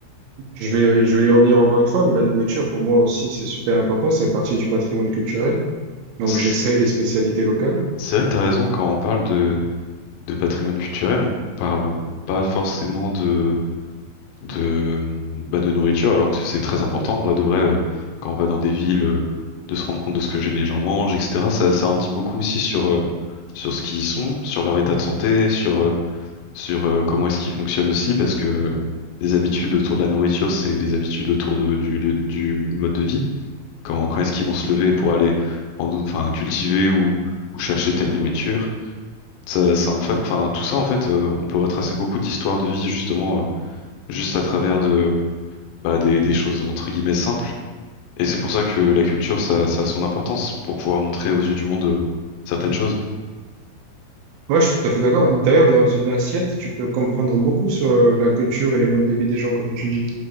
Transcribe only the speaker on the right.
je vais, je vais y revenir encore une fois, mais la nourriture, pour moi aussi, c'est super important. C'est partie du patrimoine culturel. Donc,
j'essaye les spécialités locales.
Ouais, je suis tout à fait d'accord. D'ailleurs, dans une assiette, tu peux comprendre beaucoup sur euh, la culture et les modes de vie des gens, comme tu dis.